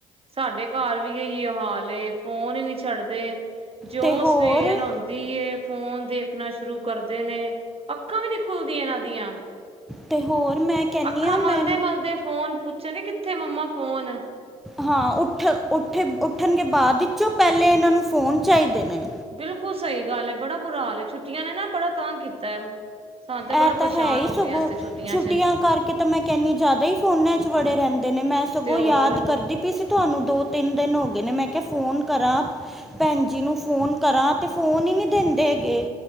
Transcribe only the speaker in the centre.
ਤੇ ਹੋਰ
ਤੇ, ਹੋਰ ਮੈਂ ਕਹਿੰਦੀ
ਹਾਂ
ਮੈਂ
ਹਾਂ ਉੱਠ, ਉੱਠੇ, ਉੱਠਨਗੇ ਬਾਦ ਚੋਂ ਪੈਲੇ ਇਨਾਂ ਨੂੰ ਫੋਨ ਚਾਹੀਦੇ ਨੇ
ਐ ਤਾਂ
ਹੈ ਈ
ਸਗੋਂ
ਛੁੱਟੀਆਂ
ਕਰਕੇ ਤਾਂ ਮੈਂ ਕੇਂਨੀ ਜਾਦਾ ਈ ਫੋਨਾਂ 'ਚ ਵੜੇ ਰੈੰਦੇ ਨੇ, ਮੈਂ ਸਗੋਂ
ਯਾਦ ਕਰਦੀ ਪਈ ਸੀ ਤੁਆਨੂੰ ਦੋ, ਤਿੰਨ ਦਿਨ ਹੋ ਗਏ ਨੇ, ਮੈਂ ਕੇਆ ਫੋਨ ਕਰਾਂ ਭੈਂਜੀ ਨੂੰ, ਫੋਨ ਕਰਾਂ, ਤੇ ਫੋਨ ਈ ਨੀਂ ਦੇਂਦੇ ਹੈਗੇ।